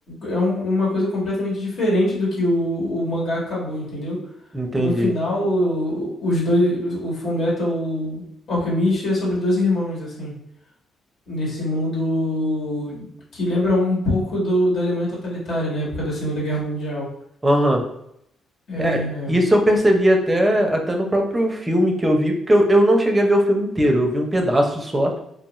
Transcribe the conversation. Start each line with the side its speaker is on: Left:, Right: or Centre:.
Left: é um- uma coisa completamente diferente do que o, o mangá acabou, entendeu?
Right: entendi.
Left: No final, o- os dois, o Fullmetal Alchemist é sobre dois irmãos, assim, nesse mundo que lembra um pouco do, da Alemanha totalitária, na época da Segunda Guerra Mundial.
Right: Aham.
Left: É,
Right: É, isso eu percebi até, até no próprio filme que eu vi, porque eu, eu não cheguei a ver o filme inteiro, eu vi um pedaço só,